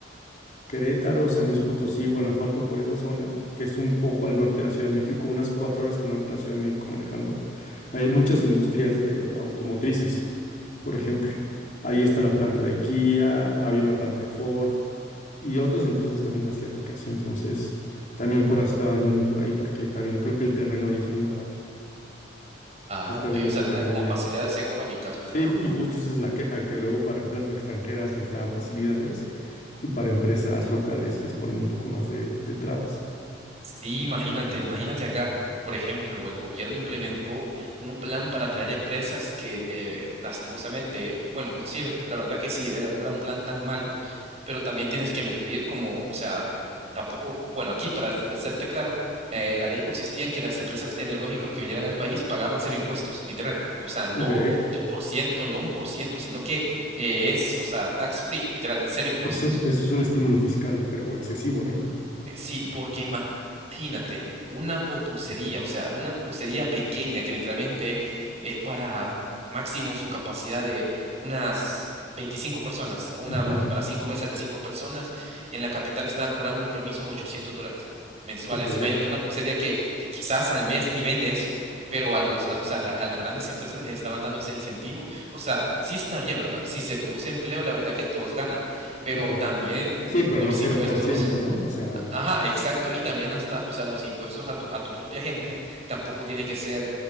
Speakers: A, on the left (about 40°); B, on the right (about 35°).
A: Querétaro, San Luis Potosí, Guanajuato, por esa zona, que es un poco al norte de la Ciudad de México, unas cuatro horas al norte de la Ciudad de México manejando. Hay muchas industrias de automotrices, por ejemplo. Ahí está la planta de Kia, había una planta de Ford y otras empresas también asiáticas. Entonces, también por ahí estaban yendo por ahí porque también creo que el terreno ahí es muy barato.
B: Ah,
A: Entonces,
B: ok,
A: también les
B: o sea,
A: convenía
B: les dan como facilidades económicas, ¿verdad?
A: Sí, ju- y justo esa es la queja, que luego para empresas extranjeras les dan facilidades y para empresas locales les ponen un poco más de, de trabas.
B: Sí, imagínate, imagínate acá, por ejemplo, el gobierno implementó un plan para atraer empresas que eh, lastimosamente, bueno, sí, la verdad que sí, era, no era un plan tan malo, pero también tienes que medir como, o sea, tampoco, bueno, aquí para s- serte claro, eh, la ley consistía en que las empresas tecnológicas que vinieran al país pagaban cero impuestos, literal, o sea, no
A: Ok,
B: 2%, no un por ciento, sino que eh, es, o sea, tax free, literal, cero impuestos.
A: pues sí, eso es un estímulo fiscal, pero excesivo, ¿no?
B: Eh, Sí, porque ima- imagínate, una popucería, o sea, una popucería pequeña que literalmente es para máximo su capacidad de unas 25 personas, una
A: Ujú,
B: para cinco mesas de cinco personas, en la capital estaban cobrando los permisos a 800 dólares mensuales.
A: Ok,
B: Imagínate, una pupusería que quizás al mes ni vende eso, pero a los, a los, a la- a las grandes empresas les estaban dando ese incentivo. O sea, sí está bien, ¿verdad? Si se produce empleo, la verdad que todos ganan, pero
A: claro.
B: también
A: Sí, pero
B: los
A: no cero
B: impuestos.
A: por ciento, ¿no? O sea,
B: Ajá, exacto. Y también hasta, o sea, los impuestos a tu, a tu propia gente tampoco tiene que ser